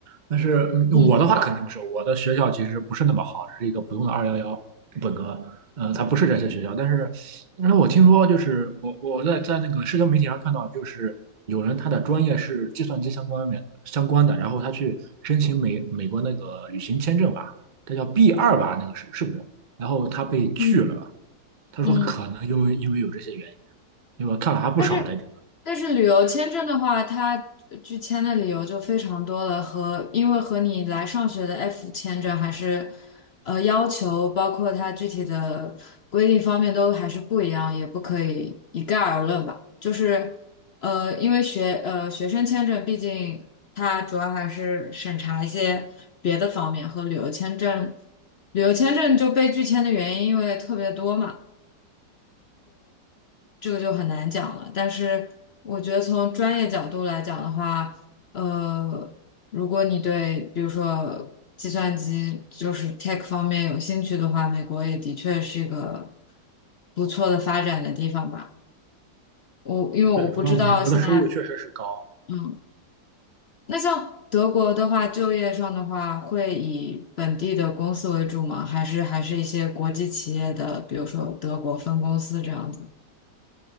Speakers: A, on the right; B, on the left.
A: 但是嗯我的话肯定不是，
B: 嗯
A: 我的学校其实不是那么好，只是一个普通的二幺幺本科，呃，它不是这些学校。但是，那我听说就是我我在在那个社交媒体上看到，就是有人他的专业是计算机相关的相关的，然后他去申请美美国那个旅行签证吧，这叫 B 二吧，那个是是不是？然后他被拒了，
B: 嗯
A: 他说可能因为因为有这些原因。
B: 嗯。
A: 因为我看了还不少来着。
B: 但是但是旅游签证的话，它拒签的理由就非常多了，和因为和你来上学的 F 签证还是呃要求，包括它具体的规定方面都还是不一样，也不可以一概而论吧。就是呃，因为学呃学生签证，毕竟它主要还是审查一些别的方面，和旅游签证旅游签证就被拒签的原因因为特别多嘛。这个就很难讲了。但是我觉得从专业角度来讲的话，呃，如果你对比如说计算机就是 tech 方面有兴趣的话，美国也的确是一个不错的发展的地方吧。我因为我不知道现在，
A: 对，主要美国的收入确实是高。
B: 嗯，那像德国的话，就业上的话，会以本地的公司为主吗？还是还是一些国际企业的，比如说德国分公司这样子？